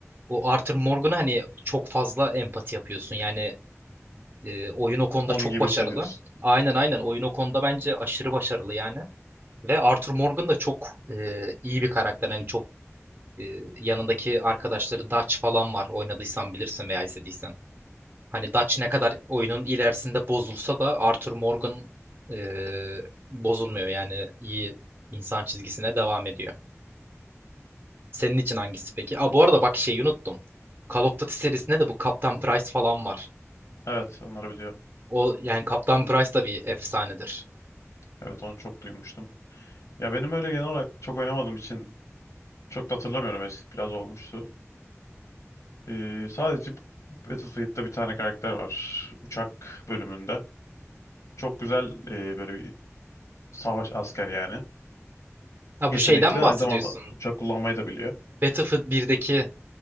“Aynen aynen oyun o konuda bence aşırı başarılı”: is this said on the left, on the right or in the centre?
Right